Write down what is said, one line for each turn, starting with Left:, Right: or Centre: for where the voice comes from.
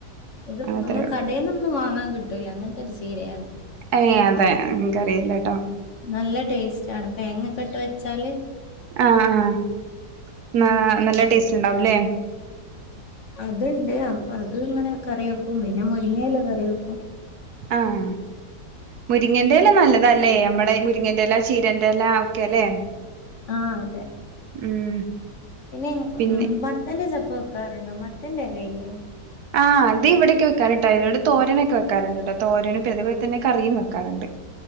Left: ഇത്
Right: അത്രേ
Left: അമ്മൾ
Right: ഉള്ളൂ
Left: കടേന്നൊന്നും വാങ്ങാ കിട്ടൂല്ല അങ്ങത്തൊര് ചീരയാന്ന്
Right: ഏഹ് അതെ ഇൻക്കറിയില്ലട്ടോ.
Left: നല്ല ടേസ്റ്റ് ആണ്. തേങ്ങക്കെ ഇട്ട് വെച്ചാല്
Right: ആഹ് ആഹ് നാ നല്ല ടേസ്റ്റ് ഇണ്ടാവുല്ലേ.
Left: അത്ണ്ട് അപ്പൊ അത് ഇങ്ങനെ കറി വെക്കും. പിന്നെ, മുരിങ്ങ ഇല കറി വെക്കും.
Right: ആഹ് മുരിങ്ങൻ ന്റേല നല്ലതാല്ലേ അമ്മളെ ഈ മുരിങ്ങന്റെല്ലാ ചീരന്റെല്ല ഒക്കെല്ലേ
Left: ആഹ് അതെ,
Right: ഉം
Left: പിന്നെ ഈ
Right: പിന്നെ
Left: മ് വത്തന്റെ ചെ ൽപ്പ വെക്കാറ്ണ്ടോ? മത്തന്റെഎല ഇല്ലേ?
Right: ആഹ് അത് ഇവിടെക്കെ വെക്കാറ്ട്ടോ അയിനോട് തോരനൊക്കെ വെക്കാറ് ണ്ട്ട്ടോ തോരനും പിന്നെ അത് പോലെ തന്നെ കറിയും വെക്കാറ്ണ്ട്.